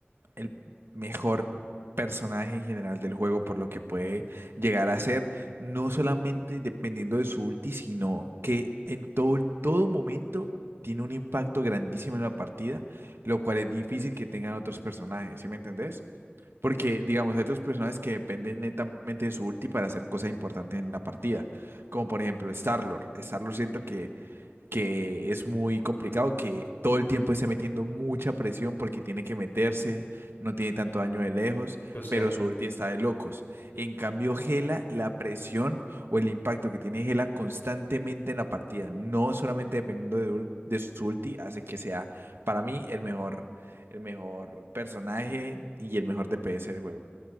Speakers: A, on the right; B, on the left.
A: el mejor personaje en general del juego por lo que puede llegar a ser, no solamente dependiendo de su ulti, sino que en todo, todo momento tiene un impacto grandísimo en la partida, lo cual es difícil que tengan otros personajes, ¿sí me entendés? Porque, digamos, hay otros personajes que dependen netamente de su ulti para hacer cosas importantes en la partida. Como por ejemplo Starlord. Starlord siento que que es muy complicado, que todo el tiempo esté metiendo mucha presión porque tiene que meterse, no tiene tanto daño de lejos,
B: Esto es cierto.
A: pero su ulti está de locos. En cambio, Gela, la presión o el impacto que tiene Gela constantemente en la partida, no solamente dependiendo de, ul- de su ulti, hace que sea para mí el mejor, el mejor personaje y el mejor DPS del juego,